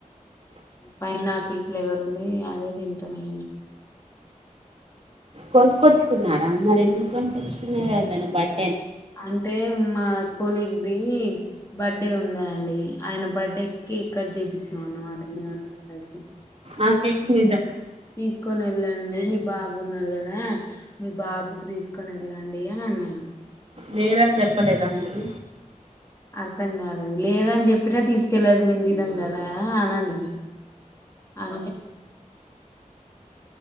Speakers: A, on the left (about 20°); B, on the right (about 45°).
A: పైనా ఆపిల్ ఫ్లేవర్ ఉంది అదేదింతమమే
B: కొనుక్కొచ్చుకున్నారా మరి ఎందుకు కొనిక్కొచ్చుకున్నారు కదనా బడ్
A: అంటే మా స్కూల్కిదిి బర్త్డే ఉందండి ఆయన బర్త్డే కేక్ కట్ చేయిించినం అన్నమాట అందర ఉంండచ్చి
B: ఆ పదా
A: తీసుకొని వెళ్ళండి మీ బాబు ఉన్నారుడు కదా మీ బాబుకి తీసుకొని వెళ్ళండి అని అన్నాను
B: వేరని చెప్పలేదా మీరు
A: అర్థం కాలేదు లేదని చెప్పినా తీసుకెళ్లడం మీ తినం కదా అననుే అ